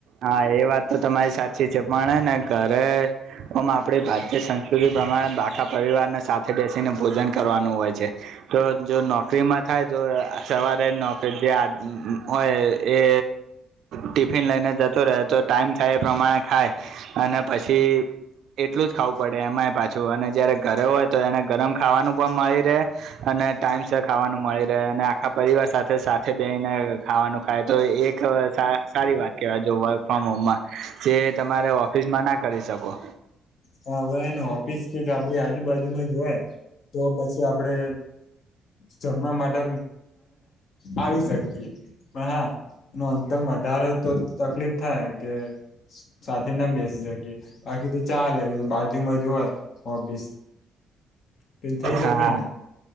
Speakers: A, on the right; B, on the left.
A: હા એ વાત તો તમારી સાચી છે, પણ ને ઘરે ઓમ આપણી ભારતીય સંસ્કૃતિ પ્રમાણે બાખા પરિવારને સાથે બેસીને ભોજન કરવાનું હોય છે. તો જો નોકરીમાં થાય તો સવારે નોકરી જે હોય એ ટિફિન લઈને જતો રહે તો ટાઈમ થાય એ પ્રમાણે ખાય અને પછી એટલું જ ખાવું પડે એમાંય પાછું અને જયારે ઘરે હોય તો એને ગરમ ખાવાનું પણ મળી રહે અને ટાઈમ સર ખાવાનું મળી રહે અને આખા પરિવાર સાથે સાથે બેઈને ખાવાનું ખાય તો એક સારી વાત કહેવાય જો વર્ક ફ્રોમ હોમમાં જે તમારે ઓફિસમાં ના કરી શકો
B: હા હવે એને ઓફિસ કેક આપડી આજુબાજુમાં જોવાય તો પછી આપડે જમવા માટે આવી શકીતી. પણ હા એ ન અંતંગ વધારેો તો તકલીફ થાય કે સાથે નામ બેસી શકીએ બાકી તો ચા અલગ બાજુમાં જય ઓફિસ તો થઈ શકેને
A: હા